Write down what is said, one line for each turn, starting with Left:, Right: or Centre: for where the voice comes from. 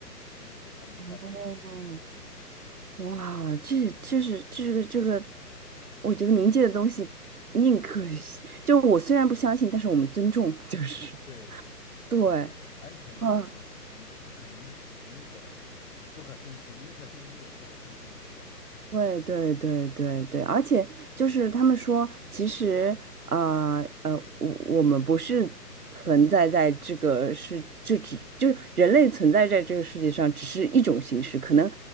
Left: 我给他们开那个房间。
Right: <laughs> 哦，哇，这这是这个这个，我觉得冥界的东西宁可信，就我虽然不相信，但是我们尊重，<laughs> 就是
Left: 对，
Right: 对，
Left: 安全起见嘛，
Right: 嗯，
Left: 你不 <laughs> 宁可宁可不可信其宁可信其有，不可信其无嘛。
Right: 对对对对对，而且就是他们说，其实呃呃，我我们不是存在在这个世，就只就是人类存在在这个世界上，只是一种形式，可能